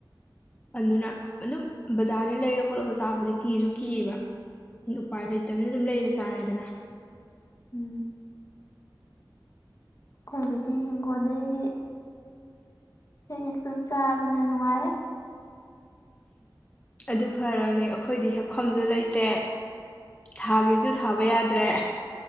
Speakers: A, on the left; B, on the left.
A: ꯑꯗꯨꯅ ꯑꯗꯨꯝ ꯕꯖꯥꯔ <unintelligible> ꯂꯩꯔ ꯈꯣꯠꯂꯒ ꯆꯥꯕꯖꯦ ꯀꯤꯖꯨ ꯀꯤꯌꯦꯕ ꯎꯄꯥꯏ ꯂꯩꯇꯕꯅꯤ ꯗꯨꯝ ꯂꯩꯔ ꯆꯥꯔꯦꯗꯅ
B: ꯎꯝ ꯈꯣꯏꯕꯨꯗꯤ ꯍꯤꯡꯒꯣꯟꯗꯒꯤ ꯍꯦ ꯍꯦꯛꯇꯅ ꯆꯥꯔꯕꯅꯤꯅ ꯅꯨꯡꯉꯥꯏꯔꯦ
A: ꯑꯗꯨ ꯐꯔꯝꯅꯦ ꯑꯈꯣꯏꯗꯤ ꯍꯦꯛꯐꯝꯖꯨ ꯂꯩꯇꯦ ꯊꯥꯒꯦꯖꯨ ꯊꯥꯕ ꯌꯥꯗ꯭ꯔꯦ